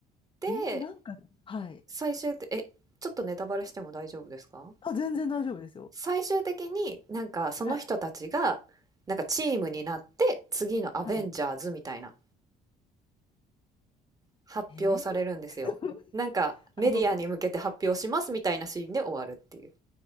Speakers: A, on the right; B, on the left.
A: で、
B: えー、なんか、はい。
A: 最終って、え、ちょっとネタバレしても大丈夫ですか
B: あ、全然大丈夫ですよ。
A: 最終的になんかその人たちがなんかチームになって次のアベンジャーズみたいな
B: はい、はい。
A: 発表されるんですよ。
B: えー、<laughs>
A: なんかメディアに向けて発表しますみたいなシーンで終わるっていう。
B: あの、